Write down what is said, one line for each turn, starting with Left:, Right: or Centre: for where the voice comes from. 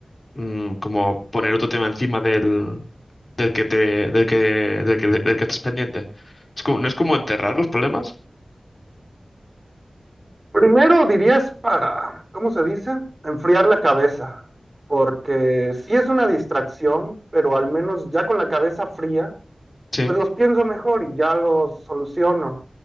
Left: mm, como poner otro tema encima del, del que te, del que, del que, del que estás pendiente. Es como- ¿no es como enterrar los problemas?
Right: Primero dirías para, ¿cómo se dice? Enfriar la cabeza, porque sí es una distracción, pero al menos ya con la cabeza fría,
Left: Sí.
Right: pues los pienso mejor y ya los soluciono.